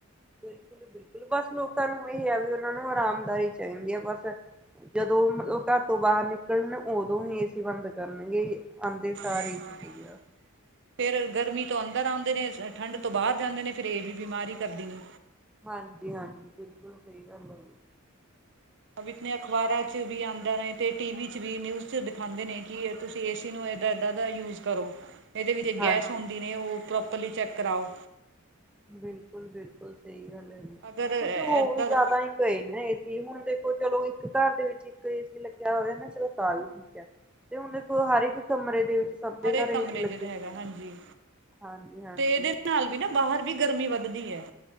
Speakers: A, in the centre; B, on the right (about 60°).
A: ਬਿਲਕੁਲ -ਬਿਲਕੁਲ, ਬਸ ਲੋਕਾਂ ਨੂੰ ਇਹੀ ਆ ਵੀ ਉਹਨਾਂ ਨੂੰ ਆਰਾਮਦਾਈ ਚਾਹੀਦੀ ਆ ਬਸ ਜਦੋਂ ਮਤਲਬ ਘਰ ਤੋਂ ਬਾਹਰ ਨਿਕਲਣ ਉਦੋਂ ਹੀ ਏਸੀ ਬੰਦ ਕਰਨਗੇ ਆਉਂਦੇ
B: ਅ
A: ਸਾਰ ਏਸੀ
B: ਸਾਰੀ
A: ਚਾਹੀਦਾ
B: <unintelligible> ਫੇਰ ਗਰਮੀ ਤੋਂ ਅੰਦਰ ਆਉਂਦੇ ਨੇ ਠੰਢ ਤੋਂ ਬਾਹਰ ਜਾਂਦੇ ਨੇ ਫਿਰ ਇਹ ਵੀ ਬਿਮਾਰੀ ਕਰਦੀ ਨੇ
A: ਹਾਂਜੀ- ਹਾਂਜੀ ਬਿਲਕੁਲ ਸਹੀ ਗੱਲ ਹੈ ਜੀ
B: ਅ ਵੀ ਇਤਨੀ ਅਖ਼ਬਾਰਾਂ ਚ ਵੀ ਆਂਦਾ ਨੇ ਤੇ ਟੀ ਵੀ ਚ ਵੀ ਨਿਯੂਜ਼ ਚ ਦਿਂਦੇ ਨੇ ਕਿ ਤੁਸੀਂ ਏ ਸੀ ਨੂੰ ਇੱਦਾਂ- ਇੱਦਾਂ ਦਾ ਯੂਜ਼ ਕਰੋ ਇਹਦੇ ਵਿੱਚ
A: ਹਾਂਜੀ
B: ਗੈਸ ਹੁੰਦੀ ਨੇ ਉਹ ਪ੍ਰੋਪਰਲੀ ਚੈੱਕ ਕਰਾਓ
A: ਬਿਲਕੁਲ -ਬਿਲਕੁਲ ਸਹੀ ਗੱਲ ਹੈ ਨੀ,
B: ਅਗਰ ਇੱਦਾਂ
A: ਕੁਛ ਹੋ ਵੀ ਜਿਆਦਾ
B: ਦਾ
A: ਹੀ ਗਏ ਨਾ ਇ ਹੁਣ ਦੇਖ। ਚਲੋ ਇੱਕ ਘਰ ਦੇ ਵਿੱਚ ਇੱਕ ਏਸੀ ਲੱਗਿਆ ਹੋਇਆ ਨਾ ਚਲੋ ਤਾਂ ਵੀ ਠੀਕ ਆ। ਤੇ ਹੁਣ ਦੇਖੋ ਹਰ ਇੱਕ ਕਮਰੇ ਦੇ ਵਿੱਚ। ਸਭ ਦੇ
B: ਹਰੇਕ
A: ਘਰ
B: ਕਮਰੇ
A: ਏਸੀ ਲੱਗੇ
B: ਜਿਹੜਾ
A: ਹੁੰਦੇ
B: ਹੈਗਾ ਹਾਂਜੀ।
A: ਹਾਂਜੀ ਹਾਂਜੀ
B: ਤੇ ਇਹਦੇ ਨਾਲ ਵੀ ਬਾਹਰ ਵੀ ਗਰਮੀ ਵੱਧਦੀ ਹੈ।